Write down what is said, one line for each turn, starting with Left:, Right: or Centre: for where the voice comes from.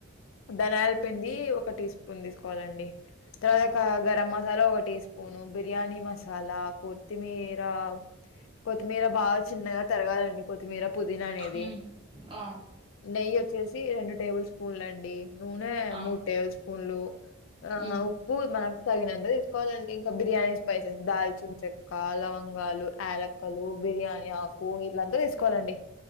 Left: ధన్యాల్ పిండి ఒక టీ స్పూన్ దిస్కోవాలండి తరాక
Right: హ్మ్
Left: గరం మసాలా ఒగ టీ స్పూను బిర్యానీ మస్ సాలా కొత్తిమీర కొత్తిమీర బాగా చిన్నగా తరగాలండి కొత్తిమీర పుదీనా అనేది
Right: హ్మ్ ఆ
Left: నెయ్యొచ్చేసి రెండు టేబుల్ స్పూండ్లండి నూనె
Right: ఆ
Left: మూడు టేబుల్ స్పూన్లు ఆ
Right: హ్మ్
Left: ఉప్పు మనకు తగినంత దీస్కోవాలండి క బిర్యానీ స్పైసెస్ దాల్చిన్ చెక్క లవంగాలు యాలక్కలు బిర్యానీ ఆకు వీళ్లంతా దీస్ కోలండి